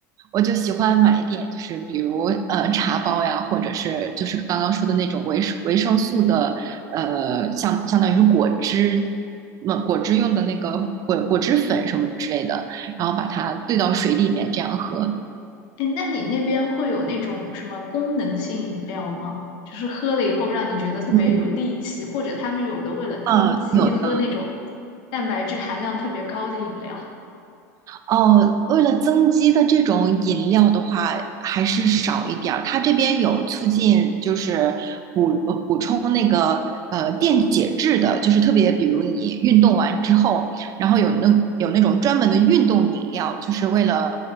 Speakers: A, on the right; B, on the left.
A: 我就喜欢买一点，就是比如呃茶包呀，或者是就是刚刚说的那种维维生素的，呃，相相当于是果汁，那果汁用的那个果果汁粉什么之类的，然后把它兑到水里面这样喝。
B: 哎，那你那边会有那种什么功能性饮料吗？就是喝了以后让你觉得特别有力气，
A: 嗯
B: 或者他们有的为了增肌喝那种蛋白质含量特别高的饮料。
A: 嗯，有的。哦，为了增肌的这种饮料的话，还是少一点儿。它这边有促进，就是补呃补充那个呃电解质的，就是特别比如你运动完之后，然后有那有那种专门的运动饮料，就是为了